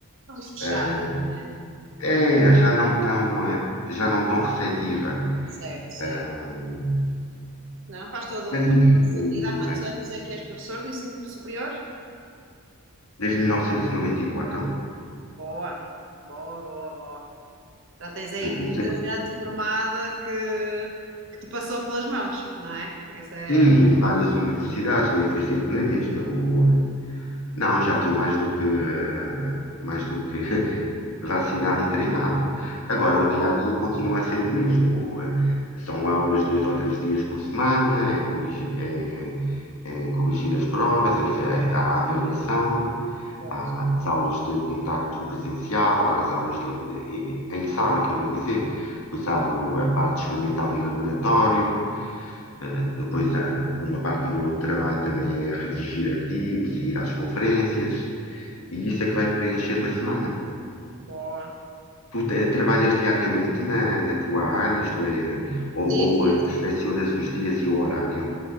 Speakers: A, on the right (about 55°); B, on the left (about 75°).
A: Mais fechada,
B: eh,
A: não é?
B: é, já não tão eh, já não tão receptiva.
A: Certo, certo.
B: Hum,
A: Não, faz todo,
B: mas
A: faz
B: enfim,
A: todo sentido. Há quantos
B: o, eh,
A: anos é que és professor do ensino superior?
B: desde 1994,
A: Boa, boa, boa, boa. Já tens aí
B: eu
A: muita
B: não sei
A: gente formada que, que te passou pelas mãos, não é? Isso é.
B: Sim, e várias universidades, nem foi sempre na mesma. O, eh, não, já estou mais do que, eh, mais do que <laughs> vacinado e treinado. Agora, o dia a dia continua a ser o mesmo. O, eh, São aulas dois ou três dias por semana, é corrigir, é, é corrigir as provas, a, fe- a avaliação,
A: Pois,
B: há as aulas de contacto presencial, há as aulas de labo- eh, em sala, quero dizer. Depois há o- a parte experimental em laboratório, eh, depois há uma parte do meu outro trabalho também é redigir artigos e ir às conferências, e isso é que vai preenchendo a semana.
A: boa.
B: Tu te- trabalhas diariamente na, na tua área, isto é, ou,
A: Sim,
B: ou
A: sim,
B: eh, selecionas os dias e o horário?